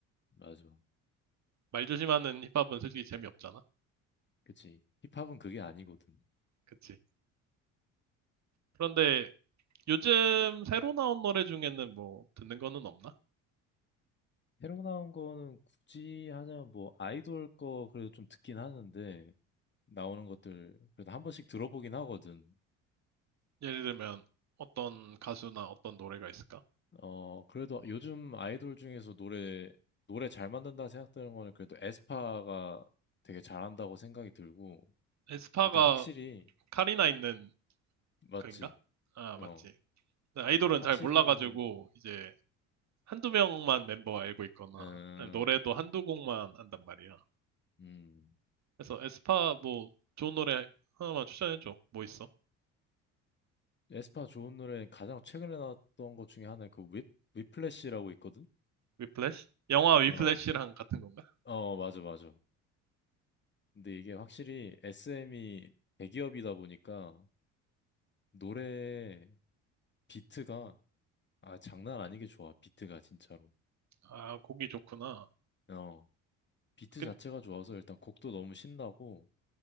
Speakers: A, on the left; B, on the right.
A: 맞아
B: 말 조심하는 힙합은 솔직히 재미없잖아.
A: 그치 힙합은 그게 아니거든
B: 그치? 그런데 요즘 새로 나온 노래 중에는 뭐 듣는 거는 없나?
A: 새로 나온 거는 굳이 하자면 뭐 아이돌 거 그래도 좀 듣긴 하는데 나오는 것들 그래도 한 번씩 들어보긴 하거든
B: 예를 들면 어떤 가수나 어떤 노래가 있을까?
A: 어, 그래도 요즘 아이돌 중에서 노래, 노래 잘 만든다 생각되는 거는 그래도 에스파가 되게 잘한다고 생각이 들고,
B: 에스파가
A: 일단 확실히,
B: 카리나 있는
A: 맞지?
B: 그인가? 아,
A: 어,
B: 맞지. 네, 아이돌은
A: 확실히,
B: 잘 몰라가지고 이제 한두 명만 멤버 알고 있거나
A: 음,
B: 아니, 노래도 한두 곡만 안단 말이야.
A: 음,
B: 그래서 에스파 뭐 좋은 노래 하나만 추천해줘. 뭐 있어?
A: 에스파 좋은 노래 가장 최근에 나왔던 것 중에 하나, 그 whip, 위플래시라고 있거든?
B: 위플래시? 영화 위플래시랑
A: 어,
B: 같은 건가?
A: 어, 맞아, 맞아. 근데 이게 확실히 SM이 대기업이다 보니까 노래 비트가, 아, 장난 아니게 좋아, 비트가 진짜로.
B: 아, 곡이 좋구나.
A: 어. 비트
B: 근-
A: 자체가 좋아서 일단 곡도 너무 신나고